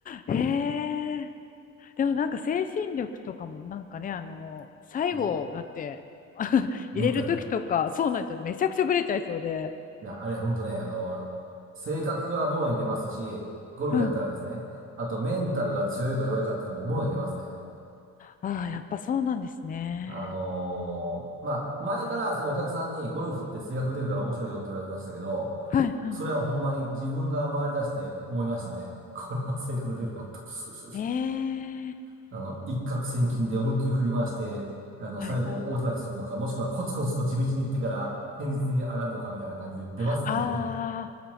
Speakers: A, on the left (about 25°); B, on the right (about 40°).
A: ええでもなんか精神力とかもなんかね、あの、最後だって
B: ね
A: <laughs>
B: メンタル。
A: 入れる時とか、
B: そ
A: そうなんですよ。めちゃくちゃブレちゃいそうで。
B: ういや、あれ本当ね、あの、性格はもろに出ますし、ゴルフやったらですね、
A: うん。
B: あとメンタルが強いか弱いかっていうのももろに出ますね。
A: ああ、やっぱそうなんですね。
B: あのーまあ、前からそのお客さんにゴルフって性格出るから面白いよって言われてましたけど、
A: はい、は
B: それはほんまに自分が回り出して思いましたね。これは性格出るなと。<laughs>
A: い。ええ
B: あの、一攫千金で思いっきり振り回して、あの、
A: はい、
B: 最後大叩きするのか、もしくはコツコツと地道に行ってから堅実に上がるのかみたいな感じで出ますんで。
A: ああ、
B: <laughs>